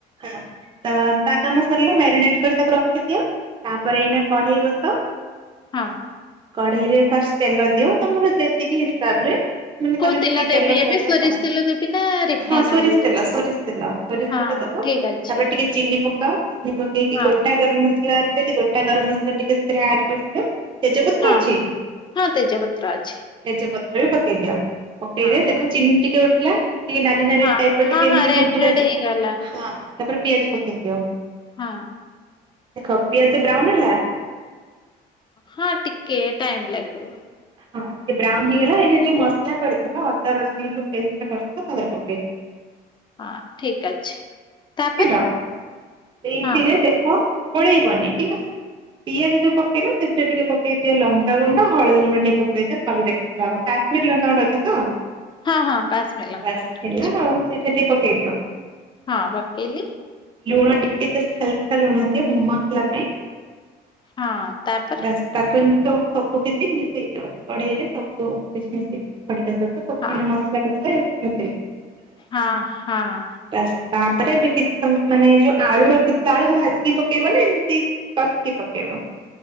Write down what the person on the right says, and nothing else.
ହଁ ତ, ତା କାମ ସରିଲା ମ୍ୟାରିନେଟ କରି ତାକୁ ରଖିଦିଅ। ତାପରେ ଏଇନା କଢେଇ ବସ।
କଢେଇ ରେ ଫାଷ୍ଟ ତେଲ ଦିଅ ତମର ଯେତିକି ହିସାବରେ ମାନେ
ତମେ କି
ତେଲ ଖାଇପାରିବ
ହଁ ସୋରିଷ
ତେଲ ସୋରିଷ ତେଲ ସୋରିଷ
ତେଲ ଦବ
ତା ପରେ ଟି ଟିକେ ଚିନି ପକାଅ ଚିନି ପକେଇକି
ଗୋଟା ଗରମ୍ ମସଲା ଅଛିି ଯଦି ଗୋ ଗୋଟା ଗରମ୍ ମସଲା ଟିକେ ସେଥିରେ ଆଡ୍ କରିଦିଅ। ତେଜପତ୍ର
ଅଛି?
ତେଜପତ୍ର ବି ପକେଇ ଦିଅ। ପକେଇଦେଇ
ଦେଖ ଚିନି ଟିକେ ଉଠିଲା ଟିକେ ନାଲି ନାଲି ନାଲି
ଟାଇପ୍ ର
ଟିକେ
ବୁଡ୍ ବୁଡ୍
ହେଲା।
ହଁ, ତା ପରେ ପିଆଜ ପକେଇ ଦିଅ।
ଦେଖ ପିଆଜ ବ୍ରାଉନ୍ ହେଲା?
ହଁ ଟିକେ ବ୍ରାଉନ୍ ହେଇଗଲା ଏଇନେ ଯଉ ମସ୍ ଲା କରିଥିଲ ଅଦା, ରସୁଣ ଯଉ ପେସ୍ ଟା କରିଥିଲ ତା ଦେହରେ ପକେଇଦିଅ।
ସେଇଥିରେ
ଦେଖ ଗୋଳେଇବନି, ଠିକ୍ ଅଛି। ପିଆଜ ଯଉ ପକେଇଲ ସେଥିରେ ଟିକେ ପକେଇଦିଅ ଲଙ୍କା ଗୁଣ୍ଡ, ହଳଦୀ ଗୁଣ୍ଡ ଟିକେ ପକେଇଦିଅ ଭଲଦେ ରାଗ କାଶ୍ମୀର୍ ଲଙ୍କା ଗୁଣ୍ଡ ଅଛି ତ
ବାସ୍
ହେଲା
ଆଉ। ସେଇଠା ଟିକେ ପକେଇଦିଅ।
ଲୁଣ ଟିକେ ଜଷ୍ଟ୍ ହାଲକା ଲୁଣ ଦିଅ ମସଲା ପାଇଁ।
ବାସ୍ ତାକୁ ଏମିତି ସବୁ କିଛି ମିଶେଇ ଦିଅ। କଢ଼େଇ ରେ ସବୁ କିଛି ମିଶେଇ ଦିଅ ଖଡିକା ସହିତ। ସବୁ
ମାନେ ମସଲା କସିଲେ ସବୁ ମିଶେଇଦିଅ।
ପାସ୍ତା ପା ତାପରେ ଏବେ କିଛି ସମୟ ମାନେ ଯୋଉ ଆଳୁ ରଖିଥିବା ଆଳୁକୁ ଭାଜିକି ପକେଇବ ନା ଏମିତି କଷିକି ପକେଇବ?